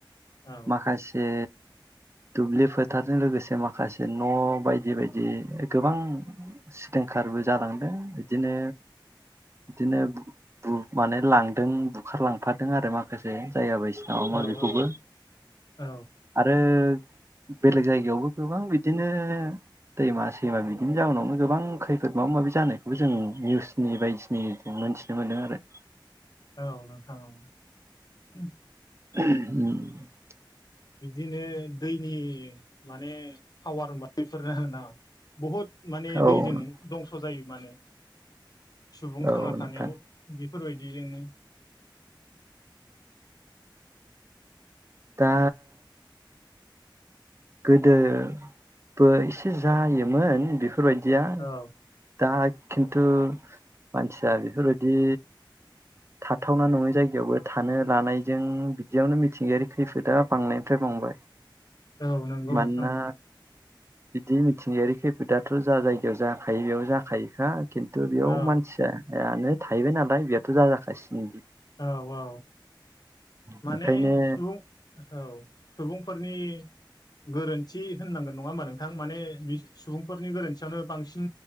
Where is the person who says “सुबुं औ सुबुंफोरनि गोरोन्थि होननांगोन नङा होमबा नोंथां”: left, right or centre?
Left